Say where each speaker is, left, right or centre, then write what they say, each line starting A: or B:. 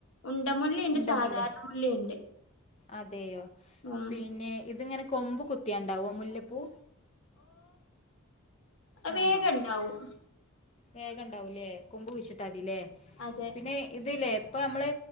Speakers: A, on the left; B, on the left.
A: ഉണ്ട മുല്ലയുണ്ട്
B: ഉണ്ടമുല്ല
A: സാധാരണ മുല്ലയുണ്ട്
B: അതെയോ
A: ഉം
B: പിന്നെ ഇതിങ്ങനെ കൊമ്പ് കുത്തിയണ്ടാവ മുല്ലപ്പൂ
A: അ വേഗ
B: ആണോ
A: ഇണ്ടാവും
B: വേഗം ഉണ്ടാവൂല്ലേ കൊമ്പ് കുഴിച്ചിട്ടാതില്ലേ
A: അതെ
B: പിന്നെ ഇത്ല്ലേ ഇപ്പൊ നമ്മള്